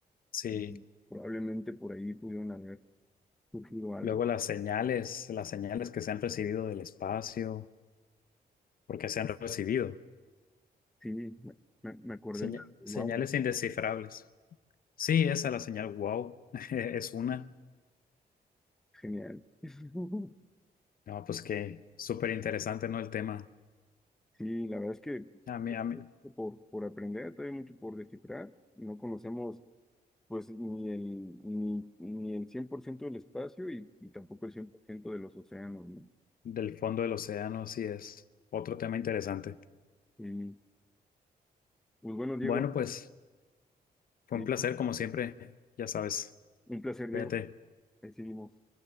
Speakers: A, on the left (about 60°); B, in the centre.
A: sí.
B: Ujú. Probablemente por ahí pudieron haber surgido algo.
A: Luego las señales, las señales que se han recibido del espacio, porque se han recibido.
B: Sí, me, me- me acordé,
A: Seña-
B: wow,
A: señales indescifrables. Sí, esa es la señal wow, <laughs> es una.
B: genial. <laughs>
A: No, pues que súper interesante, ¿no? El tema.
B: Sí, la verdad es que
A: A mí, a mí,
B: por, por aprender, todavía hay mucho por descifrar. No conocemos pues ni el, ni, ni el 100% del espacio y, y tampoco el 100% de los océanos, ¿no?
A: del fondo del océano sí es otro tema interesante.
B: Y, pues bueno, Diego,
A: Bueno, pues fue
B: sí,
A: un placer como siempre, ya sabes.
B: un placer, Diego.
A: Cuídate.
B: Ahí seguimos.